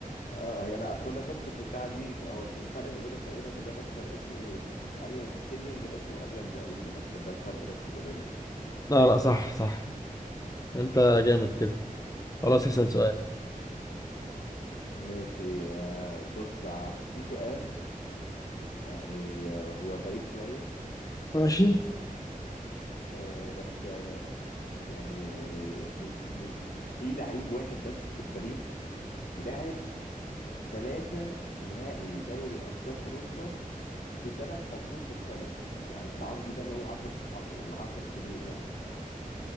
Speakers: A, on the left; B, on the left.
A: اه يعني انا اصلا انا شفت البتاعه دي هو الفرق ما بينهم تقريبا ان ده مثلا اسمه س- اليانز ستاديوم ده اسمه اليانز ارينا بس ده الفرق بس ما بينهم
B: لا لا صح صح انت جامد كده خلاص اسال سؤال
A: ماشي آه، بص ع- في سؤال يعني آه، هو غريب شويه
B: ماشي
A: آه، بس آه، يعني بي- بي- في لعيب واحد بس في التاريخ لاعب ثلاثة نهائي دوري أبطال أوروبا في ثلاث عقود مختلفة يعني العقد ده اللي هو 10 10 العشر سنين يعني